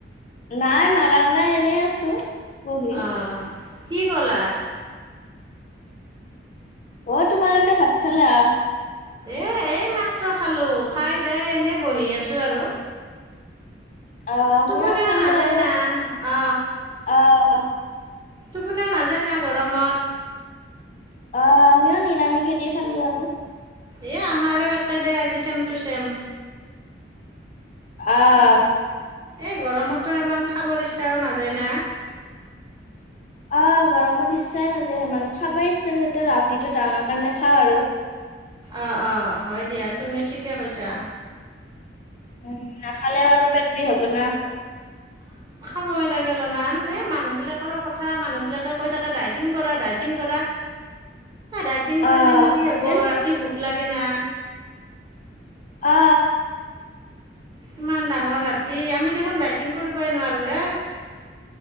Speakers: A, on the left; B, on the right.
A: নাই মাৰা নাই এনেই আছো। বহি
B: অঁ কি কলা।
A: অ তোমালোকে ভাত খালা ।
B: এ এই মাত্ৰ খালোঁ, খাই দাই এনেই বহি আছো আৰু।
A: অঁ আমিও
B: টোপনিও
A: খালো
B: নাযায়
A: আৰু
B: না অ
A: অঁ।
B: টোপনিও নাযায় না গৰমত।
A: অঁ আমিও নিৰামিষেদি খালোঁ আৰু ।
B: এই আমাৰো একেদে আজি চেম টু চেম।
A: আঁ।
B: এই গৰমতো ইমান খাবৰ ইচ্ছাও নাযায় না ।
A: অঁ গৰমত ইচ্ছাই নাযায় সিমান, খাবাই ইচ্ছা নাযায় ৰাতিটো ডাঙৰ কাৰণে খাওঁ আৰু।
B: অঁ অঁ হয় দিয়া তুমিও ঠিকে কৈছা।
A: উম নাখালেও আৰু পেট বিষ হব না ।
B: সময় লাগে অলপমান এই মানুহবিলাকৰো কথা মানুহবিলাকে কৈ থাকে ডাইটিং কৰা ডাইটিং কৰা। ডাইটিং কৰিলে
A: আহ
B: নো কি হ'ব?
A: এন
B: ৰাতি ভোক লাগ না
A: অ।
B: ইমান ডাঙৰ ৰাতি আমি দেখোন ডাইটিং কৰিবই নোৱাৰো য়ে